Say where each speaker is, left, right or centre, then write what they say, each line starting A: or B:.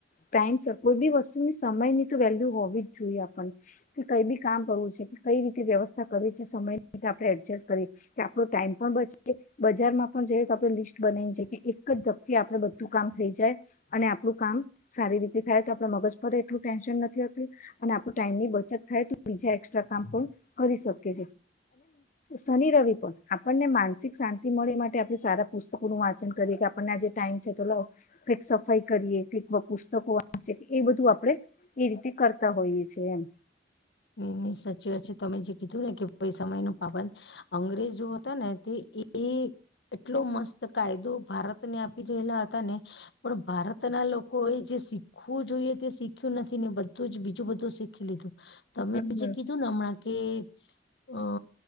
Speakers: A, on the left (about 45°); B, on the left (about 70°).
A: ટાઈમ કોઈ બી વસ્તુની સમય ની તો વેલ્યુ હોવી જ જોઈએ આપને કે કઈ બી કામ કરવું છે કઈ રીતે વ્યવસ્થા કરી છે સમય ની આપણે એડજસ્ટ કરીએ કે આપણો ટાઈમ પણ બચી બજારમાં જે આપણે લિસ્ટ બનાવીને છે કે એક ધકકી આપડે બધું કામ થઈ જાય અને આપડું કામ સારી રીતે થાય તો આપડ મગજ પર એટલું ટેન્ન ટની બચ થાય બીજા એ્રા કામ પણ કરી શકી એ શનિ રવિ પણ આપણને માનસિક શાંતિ મળે માટે આપણે સારા પુસ્તકો નું વાંચન કરીએ કે આપને આજે ટાઈમ છે તો લાવ કઈક સફાઈ કરીએ કઈક પુસ્તકો વાંચે એ બધું આપડે એ રીતે કરતા હોઈએ છેએ એમ
B: હ સાચી વાત છે તમે જે કીધું ને કે કોઈ સમય ન પાબંદ અંગ્રેજ હતા ને તે એ એટલો મસ્ત કાયદો ભારતને આપી રહેલા હતા ને પણ ભારતના લોકો એ જે શીખવું જોઈએ તે શીખ્યું નથી ને બધું જ બીજું બધું શીખી લીધું તમે
A: હમ
B: જે કીધું ને હમણાં કે અ